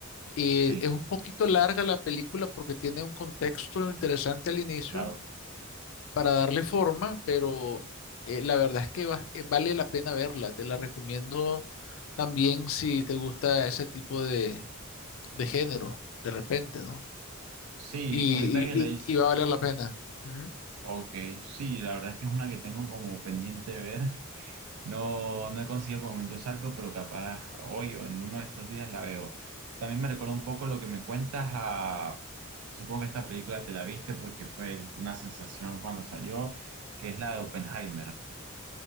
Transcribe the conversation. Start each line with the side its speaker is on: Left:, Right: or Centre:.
Left: Y
Right: sí,
Left: es un poquito larga la película porque tiene un contexto interesante al inicio
Right: claro.
Left: para darle forma, pero eh, la verdad es que va- eh, vale la pena verla. Te la recomiendo también si te gusta ese tipo de, de género, de repente, ¿no?
Right: Sí,
Left: Y,
Right: ahorita que
Left: y,
Right: leí
Left: y- y va a valer la pena. Ujú.
Right: Ok, sí, la verdad es que es una que tengo como pendiente de ver. No, no he conseguido el momento exacto, pero capaz hoy o en uno de estos días la veo. También me recuerda un poco lo que me cuentas a... Supongo que esta película te la viste porque fue una sensación cuando salió, que es la de Oppenheimer.